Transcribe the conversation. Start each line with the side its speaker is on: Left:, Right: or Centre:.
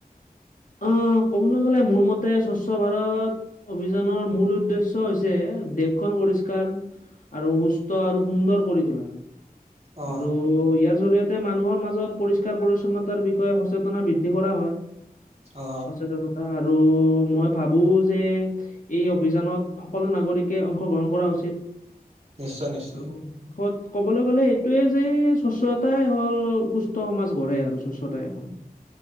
Left: অ', ক'বলৈ গলে মোৰ মতে স্বচ্ছ ভাৰত অভিযানৰ মূল উদ্দেশ্য হৈছে দেশখন পৰিষ্কাৰ আৰু সুস্থ আৰু সুন্দৰ কৰি তোলা।
Right: অ
Left: আৰু ইয়াৰ জৰিয়েত তে মানুহৰ মাজত পৰিষ্কাৰ পৰিচ্ছন্নতাৰ বিষয়ে সচেতনা বৃদ্ধি কৰা হয়।
Right: অ
Left: সচেতনতা আৰু মই ভাবো যে এই অভিযানত সকলো নাগৰিকে অংশগ্ৰহণ কৰা উচিত।
Right: নিশ্চয় নিশ্চয়
Left: আৰু ক'ত ক'বলৈ গ'লে এইটোয়ে যে স্বচ্ছতাই হ'ল সুস্থ সমাজ গঢ়ে আৰু স্বচ্ছতাই এখন।